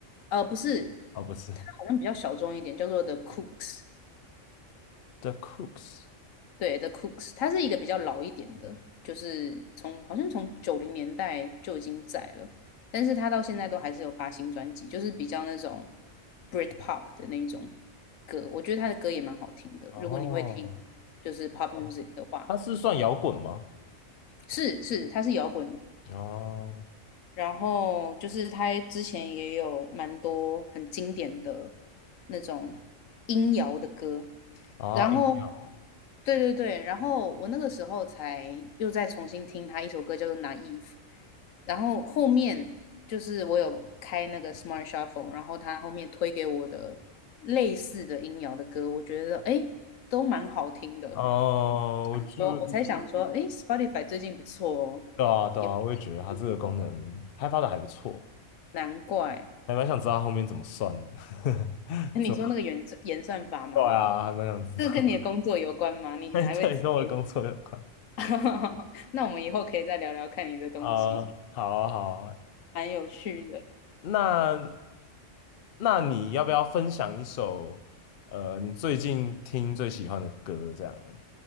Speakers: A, on the left; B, on the left.
A: 呃不是，
B: 哦，不是
A: 它好像比较小众一点，叫做 The Cooks。
B: The Cooks。
A: 对，The Cooks，它是一个比较老一点的，就是从好像从九零年代就已经在了，但是它到现在都还是有发新专辑，就是比较那种 Britpop 的那一种歌，我觉得他的歌也蛮好听的。
B: 哦，
A: 如果你会听就是 pop
B: 哦
A: music 的话，
B: 它是算摇滚吗？
A: 是是，它是摇滚
B: 哦，
A: 然后就是他之前也有蛮多很经典的那种音摇的歌，
B: 啊，
A: 然后
B: 音乐哦，
A: 对对对，然后我那个时候才又再重新听他一首歌叫做《Naive》，然后后面就是我有开那个 Smart Shuffle，然后他后面推给我的类似的音摇的歌，我觉得诶都蛮好听的，
B: 哦，我注意，
A: 想说我才想说诶 Spotify 最近不错哦，
B: 对啊，对啊，
A: 有进步，
B: 我也觉得它这个功能开发的还不错，
A: 难怪。
B: 还蛮想知道它后面怎么算的，<laughs>
A: 你说那个演算演算法吗？
B: 怎么对啊，还蛮想知道，
A: 这个跟你的工作有关吗？
B: <laughs>
A: 你还会特别
B: 哎对，跟我的工作有关
A: <laughs> 那我们以后可以再聊聊看你的东西，
B: 啊，好啊，好啊，
A: 蛮有趣的。
B: 那那你要不要分享一首呃你最近听最喜欢的歌？这样，